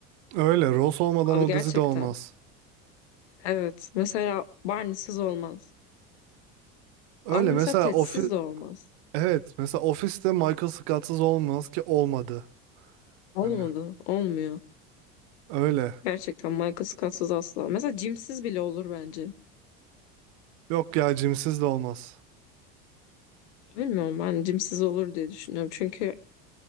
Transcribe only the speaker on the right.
Öyle Ross olmadan
o
dizi de olmaz.
Öyle
mesela
ofis
evet mesela Office'te Michael Scott'sız olmaz ki olmadı. Hani
öyle.
Yok ya Jim'siz de olmaz.